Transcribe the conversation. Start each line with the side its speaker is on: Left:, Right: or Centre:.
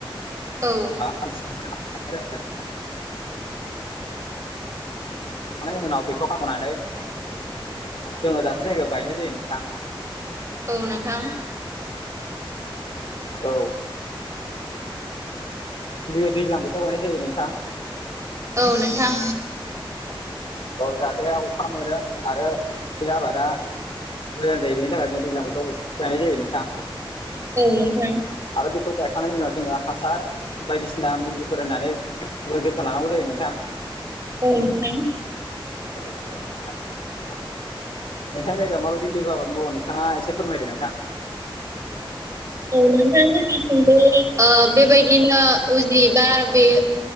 Right: औ
Left: <unintelligible> उनाव बेखौ हाखनानै जोङो दाबसे जायगायाव गायनाय जायो नोंथां
Right: औ नोंथां
Left: औ बे दैज्लां बोथोराव गायनाय जायो नोंथां
Right: औ नोंथां
Left: औ जाहाथे अखा मोनो आरो बे आबादा मोजां जायैनि बेनि थाखाय जों दैज्लां बोथोराव गायनाय जायो नोंथां
Right: औ नोंथां
Left: आरो बेखौ गायखांनायनि उनाव जोङो हासार बायदिसिना मुलिफोर होननानै जोथोन लानांगौ जायो नोंथां
Right: औ नोंथां
Left: <inaudible> नोंथांनि जायगायाव माबायदि लिबु आबाद मावो नोंथाङा एसे फोरमायदो नोंथां
Right: औ नोंथां जोंनिथिंबो बेबायदिनो उजि बा बे